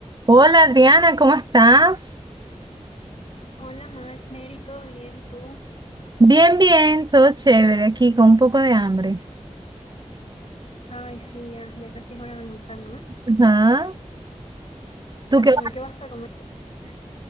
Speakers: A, on the right (about 35°); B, on the left (about 60°).
A: Hola Adriana, ¿cómo estás?
B: Hola Mar Mary, ¿todo bien tú?
A: Bien, bien, todo chévere aquí con un poco de hambre.
B: Ay, sí, ya, ya casi es hora de almorzar, ¿no?
A: Ajá. ¿Tú
B: Cuéntame,
A: qué? vas
B: ¿qué
A: a-
B: vas a comer?